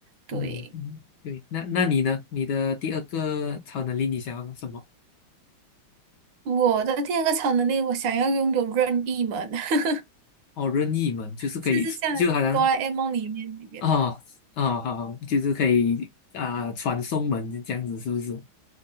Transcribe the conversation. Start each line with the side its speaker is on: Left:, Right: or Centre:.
Right: 对，
Left: 嗯嗯对。那那你呢？你的第二个超能力你想要什么？
Right: 我的第二个超能力，我想要拥有任意门，<laughs>
Left: 哦，任意门就是可以，
Right: 就是像哆啦
Left: 就好像
Right: A 梦里面里面的。
Left: 哦哦好，就是可以啊、传送门这样子，是不是？